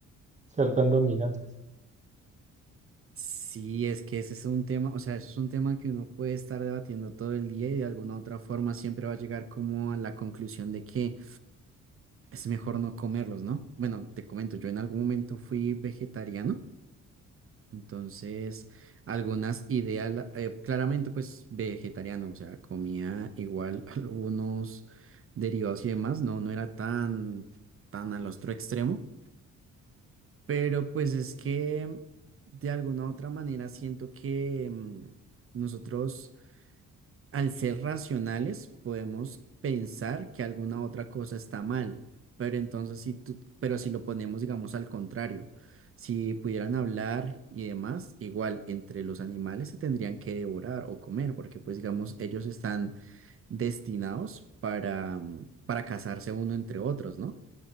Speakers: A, on the right; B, on the right.
A: ser tan dominantes.
B: si es que ese es un tema, o sea, es un tema que uno puede estar debatiendo todo el día y de alguna otra forma siempre va a llegar como a la conclusión de que es mejor no comerlos, ¿no? Bueno, te comento, yo en algún momento fui vegetariano Entonces, algunas ideas, la- eh, claramente pues vegetariano, o sea, comía igual <laughs> algunos derivados y demás, no, no era tan, tan al otro extremo, pero pues es que de alguna u otra manera siento que mm, nosotros al ser racionales, podemos pensar que alguna otra cosa está mal, pero entonces si tú, pero si lo ponemos, digamos, al contrario, si pudieran hablar y demás, igual entre los animales se tendrían que devorar o comer, porque pues digamos, ellos están destinados para, mm, para cazarse uno entre otros, ¿no?